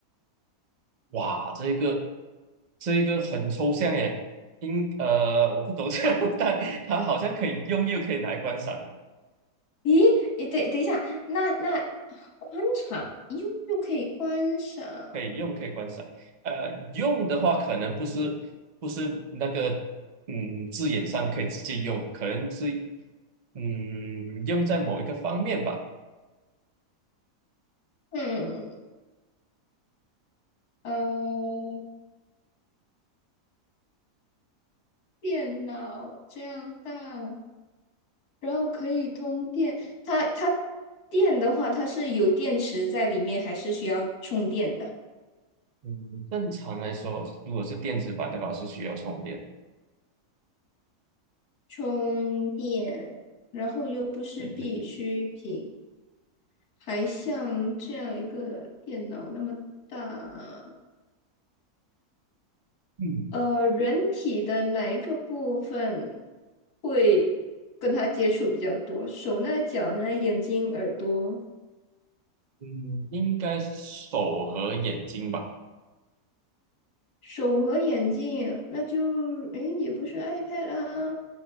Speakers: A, on the right; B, on the left.
A: 哇，这个这个很抽象诶，应呃，我不懂这样，<laughs> 但它好像可以用，又可以拿来观赏的，
B: 咦，诶，等等一下，那那观赏用又可以观赏，
A: 可以用，可以观赏。呃，用的话可能不是不是那个嗯字眼上可以直接用，可能是嗯用在某一个方面吧。
B: 嗯，呃，电脑这样大。然后可以通电。它它电的话，它是有电池在里面，还是需要充电的？
A: 嗯，正常来说，如果是电子版的话，是需要充电。
B: 充电，然后又不是必需品，
A: 对对对，
B: 还像这样一个电脑那么大，
A: 嗯
B: 呃，人体的哪一个部分会跟它接触比较多？手呢？脚呢？眼睛、耳朵？
A: 嗯，应该是手和眼睛吧？
B: 手和眼睛，那就，诶，也不是 iPad 啦，